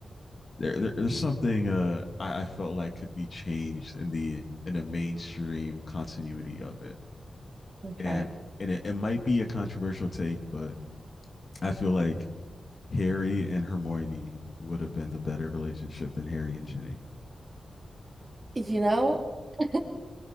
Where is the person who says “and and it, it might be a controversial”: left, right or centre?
Left